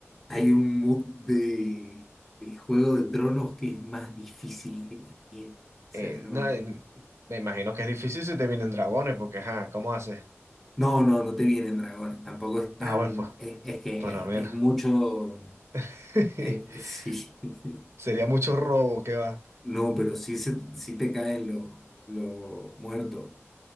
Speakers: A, in the centre; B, on the right.
A: Hay un mod de, de Juego de Tronos que es más difícil que la mierda. O
B: Eh,
A: sea, no,
B: nada,
A: es-
B: eh, me imagino que es difícil si te vienen dragones, porque, ajá, ¿cómo haces?
A: no, no, no te vienen dragones. Tampoco es tan.
B: Ah, bueno, pues,
A: Es, es que
B: por lo menos.
A: es, es mucho.
B: <laughs>
A: eh, eh, sí. <laughs>
B: Sería mucho robo que va.
A: No, pero sí, se- sí te caen los los muertos